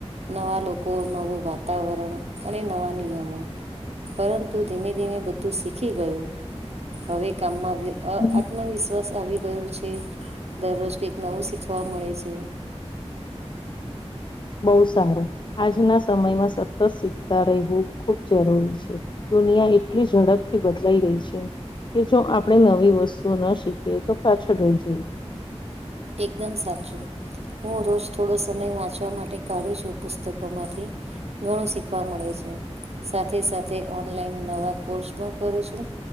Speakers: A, on the right; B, on the left.
A: નવા લોકો, નવું વાતાવરણ અને નવા નિયમો પરંતુ ધીમે ધીમે બધું શીખી ગયું. હવે, કામમાં વ્ય અ
B: હમ.
A: આત્મવિશ્વાસ આવી ગયો છે. દરરોજ કંઈક નવું શીખવા મળે છે.
B: બોવ સારું. આજના સમયમાં સતત શીખતા રહેવું ખૂબ જરૂરી છે. દુનિયા એટલી ઝડપથી બદલાઈ રહી છે કે જો આપણે નવી વસ્તુઓ ના શીખીએ તો, પાછળ રહી જઈએ.
A: એકદમ સાચું. હું રોજ થોડો સમય વાંચવા માટે કાઢું છું. પુસ્તકોમાંથી ઘણું શીખવા મળે છે. સાથે સાથે ઓનલાઈન નવા કોર્સ પણ કરું છું.